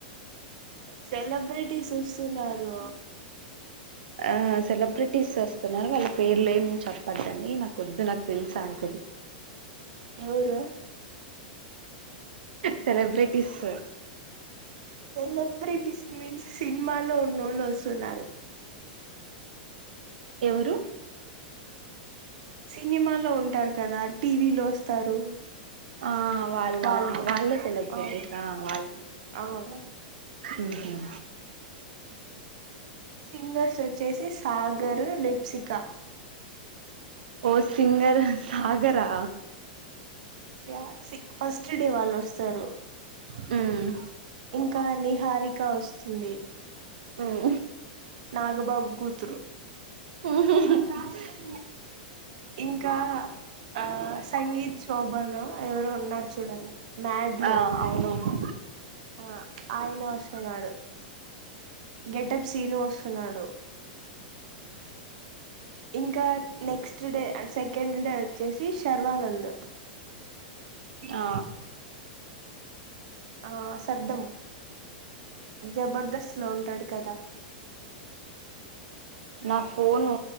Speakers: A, on the right (about 50°); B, on the right (about 80°).
A: సెలబ్రిటీస్ వస్తున్నరు
B: ఆ సెలబ్రిటీస్ వస్తున్నారు వాళ్ళ పేర్లు ఏం చెప్పద్దండి నా వద్దు నాకు తెలుస్ ఆల్రెడీ
A: ఎవరు
B: సెలబ్రిటీస్
A: సెలబ్రిటీస్ మీన్స్ సినిమాలో వునోళ్ళు వస్తున్నారు
B: ఎవరు
A: సినిమాలో ఉంటరు కదా టీవీలో వస్తారు
B: ఆ వాళ్ళ
A: వాళ్ళు
B: వాళ్ళే సెలబ్రిటీస
A: అవును
B: ఆ వాళ్ళు
A: అవును
B: ఉహ్మ
A: సింగర్స్ వచ్చేసి సాగర్ లిప్సిక
B: ఓ సింగర్ సాగరా
A: యా సి ఫస్ట్ డే వాళ్ళు వస్తరు
B: హ్మ్
A: ఇంక నిహారిక వస్తుంది.
B: హ్మ్
A: నాగబాబు కూతురు
B: హ్మ్ హ్మ్ హు
A: ఇంకా ఆ సంగీత్ శోభను ఎవరో ఉన్నారు చూడండి మ్యాడ్ లో
B: ఆ అవునవును
A: ఆ ఆయన వస్తున్నాడు, గెటప్ సీను వస్తున్నాడు. ఇంకా next day and second day వచ్చేసి శర్వానంద్
B: ఆ
A: ఆ సద్దాం జబర్దస్ స్లో ఉంటాడు కదా
B: నా ఫోను